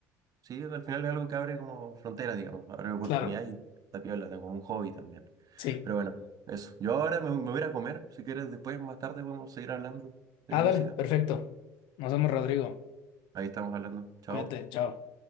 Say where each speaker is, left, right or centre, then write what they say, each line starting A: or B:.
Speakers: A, on the right; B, on the left.
A: Sí, al final es algo que abre como fronteras, digamos, abre oportunidades
B: Claro,
A: y está piola, tengo como un hobby también.
B: sí.
A: Pero bueno, eso. Yo ahora me, me voy a ir a comer, si quieres después, más tarde podemos seguir hablando de
B: Ah,
A: música.
B: dale, perfecto. Nos vemos, Rodrigo.
A: Ahí estamos hablando. Chao.
B: Cuídate, chao.